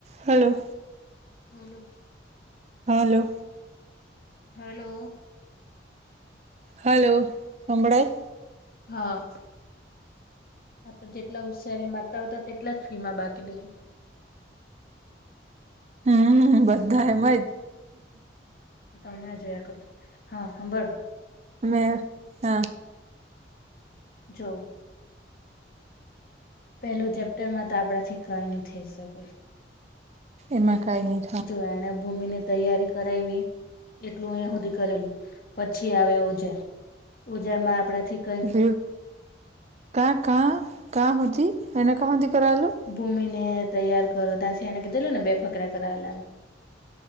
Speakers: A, on the right; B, on the left.
A: હલો.
B: હલો.
A: હા હલો.
B: હલો.
A: હલો સંંભળાઈ.
B: હા. હા તો જેટલા હોશિયારી માતા આવતા તેટલા જ ફી માં બાકી દે.
A: હમ બધા એમજ.
B: ત હમણાં જોયા કરો હા સાંભળ.
A: અ હા.
B: જો. પેલું ચેપ્ટરમાં તો આપડાથી કઈ નહી થઈ શકે. કેમ
A: એમાં
B: કે
A: કઈ નઈ
B: જોયાણે ભૂમિને. તૈયારી કરાવી એટલું અહી સુધી કરેલું પછી આવે ઓજા. ઉજામાં આપડા થી.
A: બ કા - કા હોતી એને કા હોતી કરેલું.
B: ભૂમિ ને તૈયાર કરો ત્યા શે કે ચલો ને બેફકરા કરાવેલામ.